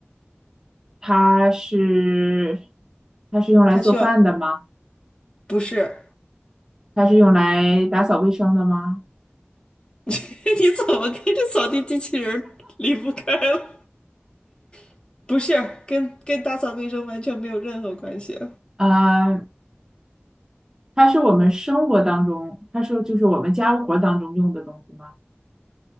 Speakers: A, on the right; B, on the left.
A: 它是它是用来做饭的吗？
B: 它需要，不是，
A: 它是用来打扫卫生的吗？
B: <laughs> 你怎么跟这扫地机器人儿离不开了？<laughs> 不是，跟跟打扫卫生完全没有任何关系。
A: 呃，它是我们生活当中，它是就是我们家务活当中用的东西吗？